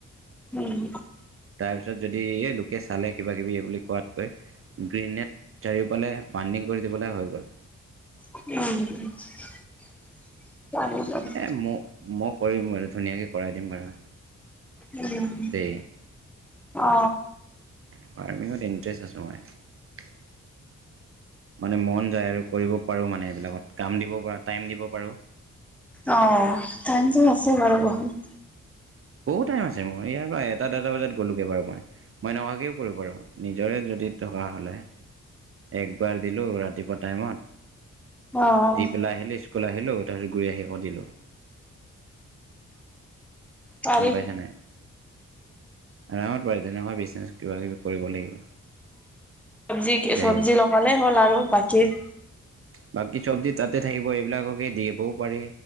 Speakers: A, in the centre; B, on the right (about 50°).
A: উম।
B: তাৰপিছত যদি এ লোকে চালে কিবা কিবি এই বুলি কোৱাতকৈ গ্ৰীণ নেট চাৰিওফালে বানডিং কৰি দিবলে হৈ গ'ল।
A: উম। পাৰি বাৰু
B: এ মই-মই কৰিম বাৰু ধুনীয়াকে কৰাই দিম বাৰু।
A: উম।
B: দে।
A: অ।
B: ফাৰ্মিঙত ইণ্টৰেষ্ট আছোঁ মই। মানে মন যায় আৰু কৰিব পাৰোঁ মানে এইবিলাকত কাম দিব পাৰোঁ, টাইম দিব পাৰোঁ।
A: অ। টাইমতো আছে বাৰু বহুত।
B: বহুত টাইম আছে মোৰ। ইয়াৰ পৰা এটা-ডেৰটা বজাত গ'লোগে বাৰু মই। মই এনেকুৱাকৈও কৰিব পাৰোঁ। নিজৰে যদি থকা হ'লে! একবাৰ দিলোঁ ৰাতিপুৱা টাইমত।
A: অ',
B: দি পেলাই আহিলি, স্কুল আহিলোঁ। তাৰপিছত গৈ আহি আকৌ দিলো।
A: পাৰি
B: গম পাইছা নাই। আৰামত পাৰি। তেনেকুৱা বিজনেছ কিবা কিবি কৰিব লাগিব।
A: চব্জি কি
B: দেই
A: চব্জি লগালেই হ'ল আৰু বাকীৰ
B: বাকী চব্জি তাতে থাকিব। এইবিলাককে দি আহিবও পাৰি।